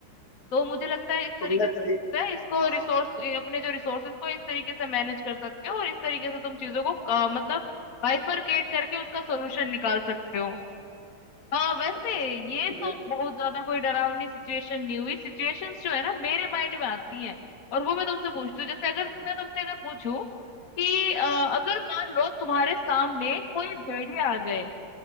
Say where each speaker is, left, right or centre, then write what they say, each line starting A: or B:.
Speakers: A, on the left; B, on the left.
A: तो मुझे लगता है इस
B: तुमने
A: तरीके से
B: तेरी
A: है, इसको
B: हाँ
A: रिसोर्स अपने जो रिसोर्सेस को इस तरीके से मैनेज कर सकते हो और इस तरीके से तुम चीजों को अ, मतलब बाइफरकेट करके उसका सोल्यूशन निकाल सकते हो हाँ वैसे ये तो
B: ये
A: बहुत ज्यादा कोई डरावनी सिचुएशन नहीं हुई सिचुएशंस जो है ना मेरे माइंड में आती हैं और वो मैं तुमसे पूछती हूँ जैसे अगर
B: हम्म,
A: मैं तुमसे अगर पूछूं कि अ, अगर मान लो तुम्हारे सामने कोई भेड़िया आ जाए